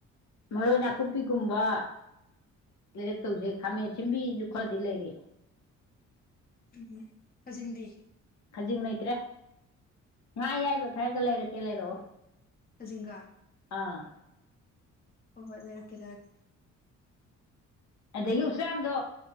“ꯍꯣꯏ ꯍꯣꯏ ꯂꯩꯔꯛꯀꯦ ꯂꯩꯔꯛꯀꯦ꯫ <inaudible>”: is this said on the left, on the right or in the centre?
Left